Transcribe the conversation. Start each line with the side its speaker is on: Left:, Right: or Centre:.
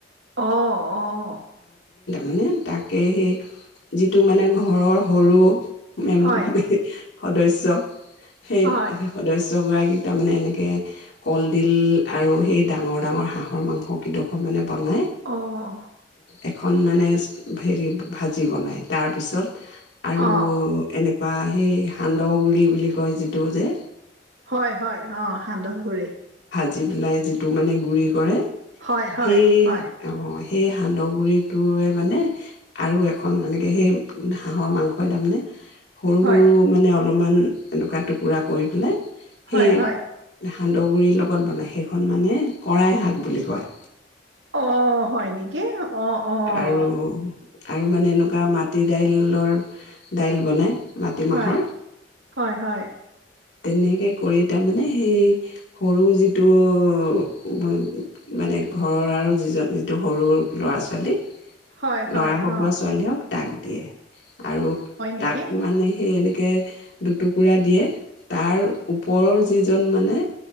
Right: অ' অ'
Left: মানে তাকে সেই যিটো মানে ঘৰৰ সৰু মেম <unintelligible>
Right: হয়
Left: সদস্য সেই
Right: হয়
Left: সে সদস্য জগৰাকী তাৰমানে এনেকে কলডিল আৰু সেই ডাঙৰ ডাঙৰ হাঁহৰ মাংস কেইডোখৰ মানে বনায়।
Right: অহ'
Left: এখন মানে হেৰি ভাজি বনায়। তাৰপিছত আৰু
Right: অঁ
Left: এনে বা সেই সান্দহ গুড়ি বুলি কয় যিটো যে
Right: হয়, হয়, অ' সান্দহ গুড়ি।
Left: যি বিলাকে যিটো মানে গুড়ি কৰে।
Right: হয়, হয়,
Left: সেই
Right: হয়।
Left: অ সেই সান্দহ গুড়ি টোৱে মানে আৰু এখন এনেকে সেই হাঁহৰ মাংসই তাৰমানে সৰু
Right: হয়
Left: সৰু মানে অলপমান এনেকুৱা টুকুৰা কৰি পেলাই সেই
Right: হয় হয়
Left: সান্দহগুৰিৰ লগত বনায়, সেইখন মানে কৰাই শাক বুলি কয়।
Right: অ' হয় নেকি? কি অ অ'
Left: আৰু আৰু মানে এনেকুৱা মাটি দাই-লৰ দাইল বনাই। মাটিমাহৰ
Right: হয় হয় হয়।
Left: তেনেকে কৰি তাৰমানে সেই সৰু যিটো-মানে ঘৰৰ আৰু যিজন যিটো সৰু ল'ৰা ছোৱালী
Right: হয় হয়
Left: ল'ৰা হওক
Right: হ'
Left: বা ছোৱালী হওক তাক দিয়ে। আৰু,
Right: নেকি
Left: তাক মানে, সেই এনে কে, দুটুকুৰা দিয়ে। তাৰ ওপৰৰ যিজন, মানে